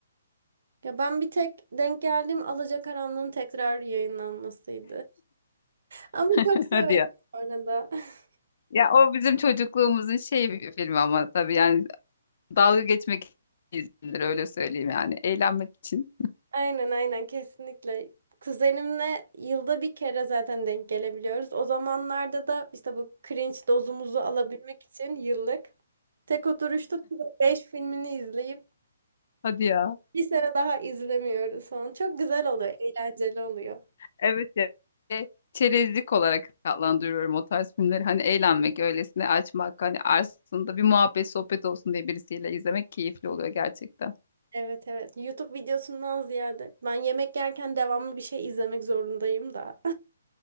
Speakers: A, on the right (about 65°); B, on the left (about 55°).
A: Ya ben bir tek denk geldiğim Alacakaranlığın tekrar yayınlanmasıydı. Ama
B: <laughs>
A: çok severim
B: Hadi ya.
A: orada. <laughs>
B: Ya o bizim çocukluğumuzun şey bir filmi ama tabii yani dalga geçmek izindir öyle söyleyeyim yani. Eğlenmek için.
A: Aynen aynen kesinlikle. Kuzenimle yılda bir kere zaten denk gelebiliyoruz. O zamanlarda da işte bu cringe dozumuzu alabilmek için yıllık tek oturuşta Beş filmini izleyip
B: Hadi ya.
A: bir sene daha izlemiyoruz falan. Çok güzel oluyor, eğlenceli oluyor.
B: Evet ya. E, Çerezlik olarak adlandırıyorum o tarz filmleri. Hani eğlenmek, öylesine açmak, hani arasında bir muhabbet, sohbet olsun diye birisiyle izlemek keyifli oluyor gerçekten.
A: Evet evet. YouTube videosundan ziyade ben yemek yerken devamlı bir şey izlemek zorundayım da.